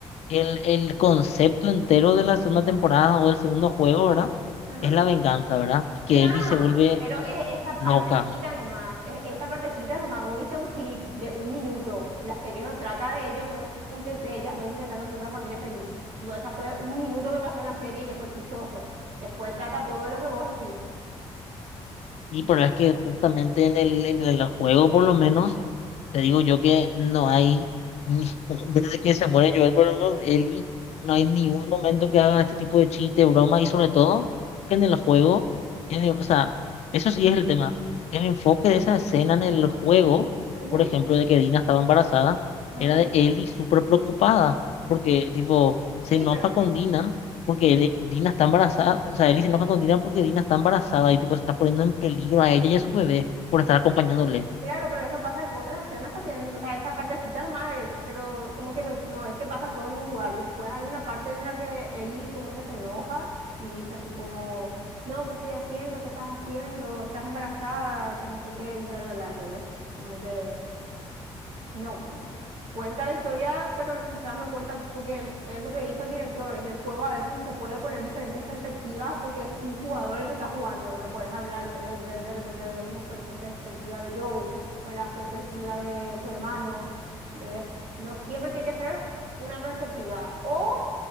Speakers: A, on the left; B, on the right.
A: el, el concepto entero de la segunda temporada o del segundo juego, ¿verdad?
B: ajá.
A: Es la venganza, ¿verdad? Y que
B: Nah,
A: Ellie se vuelve
B: pero es esa
A: loca.
B: partecita nomás, es esa partecita nomás. Vos viste un clip de un minuto. La serie no trata de ellos dos, inte- de ellas dos intentando ser una familia feliz. Tipo, esa fue un minuto que pasó en la serie y que fue chistoso. Después trata todo lo que vos decís.
A: Y pero es que justamente en el, en el juego, por lo menos. Te digo yo que no hay, ni- <laughs> desde que se muere Joel por Eli, no hay ningún momento que hagan este tipo de chiste, broma, y sobre todo que en el juego, en el- o sea, eso sí es el tema. El enfoque de esa escena en el juego,
B: Ujú,
A: por ejemplo, de que Dina estaba embarazada,
B: ujú.
A: era de Ellie súper preocupada, porque, tipo, se
B: Sí,
A: enoja
B: pero...
A: con Dina, porque Ele- Dina está embarazada, o sea, Ellie se enoja con Dina porque Dina está embarazada y, tipo, se está poniendo en peligro a ella y a su bebé por estar acompañándole.
B: Claro, pero eso pasa en otras escenas también, o sea, esa partecita nomás es, pero como que no, no es que pasa todo en un lugar. Después hay una parte en la que Eli como que se enoja y dice así como, no, ¿qué estoy haciendo? ¿Qué estás haciendo? ¿Estás embarazada? Que no sé qué, y bla, bla, bla. Entonces, como que no, cu- cuenta la historia, pero quizás no cuenta, porque el- es lo que dijo el director, en el juego a veces no se puede poner diferentes perspectivas porque es un jugador el que está jugando, no puedes hablar, de- eh, ver de repente desde la per- perspectiva de Joel o la perspectiva de su hermano, de- no siempre tiene que ser una perspectiva o